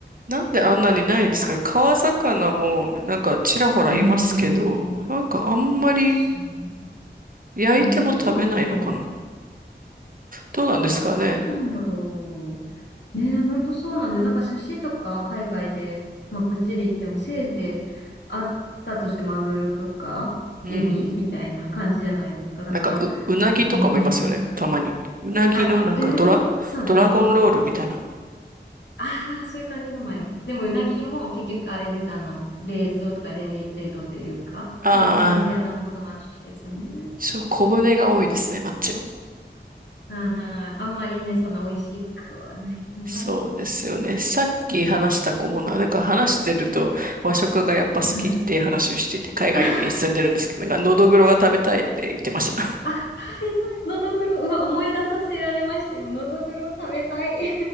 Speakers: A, on the right (about 50°); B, on the left (about 70°).
A: なんであんなにないんですか川魚もなんかちらほらいますけど、
B: うーん。い
A: なんかあんまり
B: や、そう。
A: 焼いても食べないのかな
B: なんなんでしょうね。
A: どうなんですかね
B: なんなんだろう。ね、本当そうなんで、なんか寿司とか海外で、まあこっちで行ってもせいぜいあったとしてマグロとかエビみたいな感じじゃないですか。
A: うん。
B: だから、
A: なんかう、うなぎとかもいますよね。
B: うーん。
A: たまに。うなぎのなんかドラ、
B: あ、うなぎもそうですね。
A: ドラゴンロールみたいな。
B: ああ、そういう感じのもあります。でも、うなぎも結局あれです。あの、冷蔵とか冷、冷凍というか、
A: ああ、
B: そんな新鮮なものはないんですよね。
A: そう、小骨が多いですね、マッチの。
B: はい。あんまりね、そんな美味しくはないのかな。
A: そうですよね。さっき話した子もな、なんか話してると和食がやっぱ好きっていう話をしてて、
B: はい。
A: 海外に住んでるんですけど、
B: <laughs>
A: なんかのどぐろが食べたいって言ってました。
B: あ、食べたい。のどぐろ。うわ、思い出させられました。今、のどぐろ食べたい。<laughs>